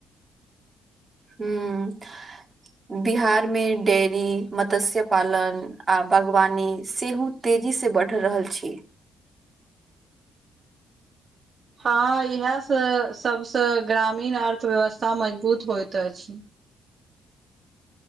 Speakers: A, on the right; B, on the right.
A: हूँ बिहारमे डेरी मत्स्य पालन आ बागवानी सेहो तेजी से बढ़ि रहल छी
B: हँ इएहसँ सभसँ ग्रामीण अर्थव्यवस्था मजबूत होइत अछि